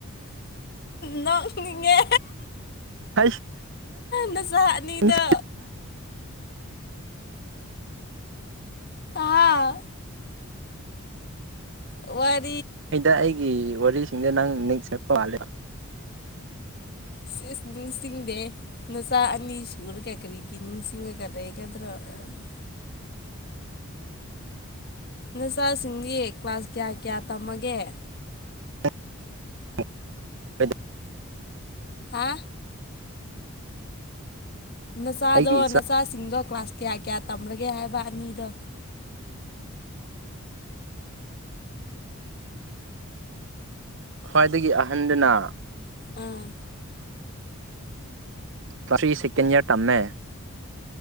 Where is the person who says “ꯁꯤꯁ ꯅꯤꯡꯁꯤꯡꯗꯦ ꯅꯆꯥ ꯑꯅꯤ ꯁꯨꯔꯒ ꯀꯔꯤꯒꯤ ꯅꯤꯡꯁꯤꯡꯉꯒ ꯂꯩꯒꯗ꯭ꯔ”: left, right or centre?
Left